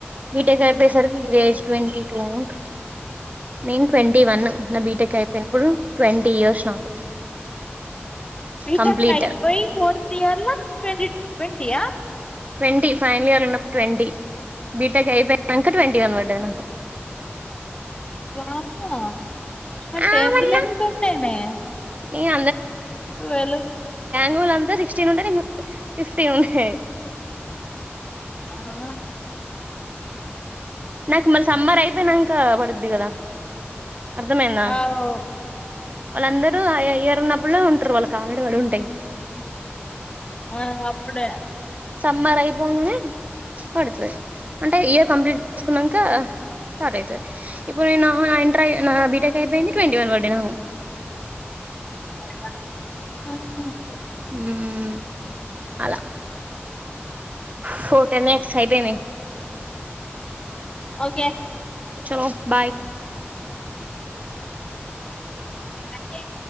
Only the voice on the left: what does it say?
బీటెక్
అయిపోయి ఫోర్త్ ఇయర్లా ట్వన్ twenty yeah
వామ్మో మరి
టెన్త్
ల ఎంతుండేనే
ట్యూవెల్
ఆహా
ఆ అవ్
ఆహ్ అప్పుడే
ఆహ
ఓకే
అంటే